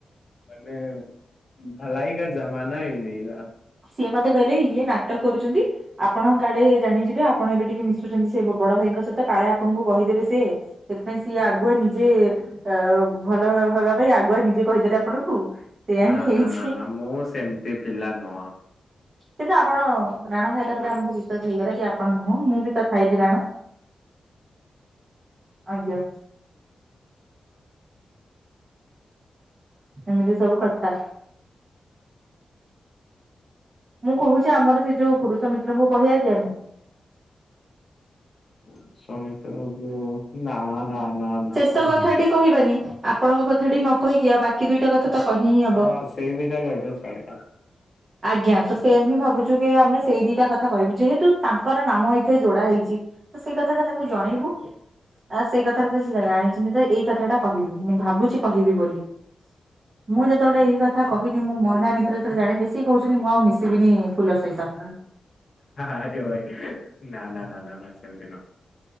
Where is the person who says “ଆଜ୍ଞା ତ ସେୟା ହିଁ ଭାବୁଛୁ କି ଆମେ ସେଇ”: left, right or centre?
Right